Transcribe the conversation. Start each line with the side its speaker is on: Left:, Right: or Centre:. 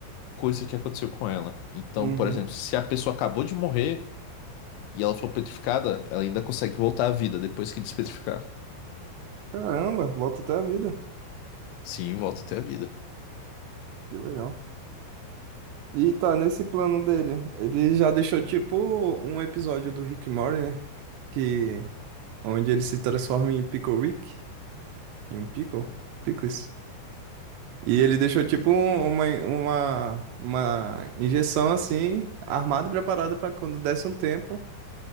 Left: coisa que aconteceu com ela. Então,
Right: Uhum.
Left: por exemplo, se a pessoa acabou de morrer e ela for petrificada, ela ainda consegue voltar à vida depois que despetrificar.
Right: Caramba, volta até a vida.
Left: Sim, volta até a vida.
Right: Que legal. E tá nesse plano dele. Ele já deixou, tipo, um episódio do Rick and Morty, né? Que, onde ele se transforma em Pickle Rick, em um pickle, pickles. E ele deixou tipo um- uma, uma, uma injeção assim, armada e preparada para quando desse um tempo,